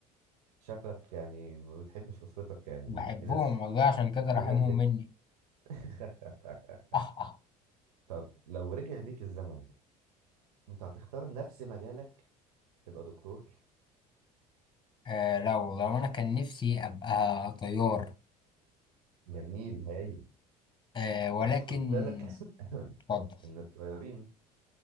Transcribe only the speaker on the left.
بحبهم
والله عشان كده رحمهم
مني
<laughs> اه اه
آه، لا والله وانا كان نفسي ابقى طيار
آه ولكن
اتفضل